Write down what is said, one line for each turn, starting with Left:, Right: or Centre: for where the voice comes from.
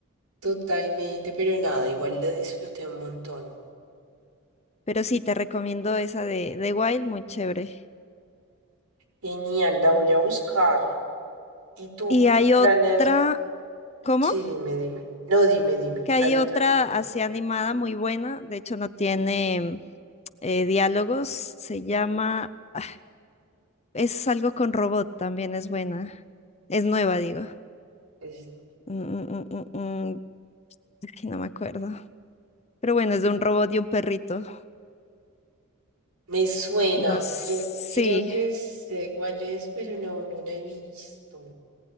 Right: totalmente, pero nada, igual lo disfruté un montón.
Left: Pero sí, te recomiendo esa de, de Wild, muy chévere.
Right: Genial, la voy a buscar. ¿Y tú
Left: Y hay
Right: planeas?
Left: otra, ¿cómo?
Right: Sí, dime, dime. No, dime, dime.
Left: Que hay
Right: Hay
Left: otra
Right: otra que... que
Left: así animada muy buena, de hecho no tiene eh, diálogos, se llama, ah, es algo con robot también, es buena, es nueva, digo.
Right: es-
Left: Mm, mm, mm, mm, mm, ay, no me acuerdo. Pero bueno, es de un robot y un perrito.
Right: Me suena,
Left: No, s-
Right: creo, creo
Left: sí,
Right: que sé cuál es, pero no, no la he visto.